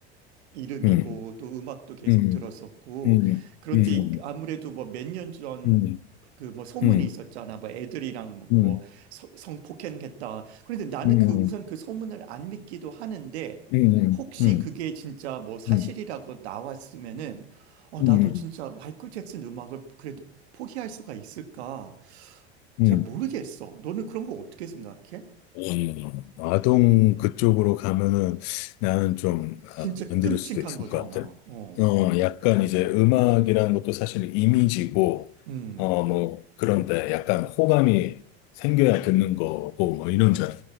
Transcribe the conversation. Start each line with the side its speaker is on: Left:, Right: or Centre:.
Right: 이름이고
Left: 음,
Right: 또 음악도 계속
Left: 음,
Right: 들었었고
Left: 음,
Right: 그런데
Left: 음, 음,
Right: 아무래도 뭐 몇 년 전
Left: 음, 음,
Right: 그 뭐 소문이
Left: 음,
Right: 있었잖아
Left: 음,
Right: 뭐 애들이랑 뭐,
Left: 음,
Right: 뭐 성- 성폭행했다 그런데 나는
Left: 음,
Right: 그
Left: 음,
Right: 우선 그 소문을 안 믿기도 하는데
Left: 음, 음,
Right: 혹시
Left: 음,
Right: 그게 진짜 뭐 사실이라고
Left: 음,
Right: 나왔으면은 어
Left: 음,
Right: 나도 진짜 마이클 잭슨 음악을 그래도 포기할 수가 있을까
Left: 음.
Right: 잘 모르겠어 너는 그런 거 어떻게 생각해?
Left: 음, 아동 그쪽으로 가면은 나는 좀
Right: 진짜
Left: 아, 안
Right: 끔찍한
Left: 들을 수도 있을
Right: 거잖아
Left: 것 같아.
Right: 어
Left: 어, 약간 이제 음악이라는 것도 사실 이미지고,
Right: 음
Left: 어, 뭐, 그런데 약간 호감이 생겨야 듣는 거고, 뭐, 이런 줄 알아.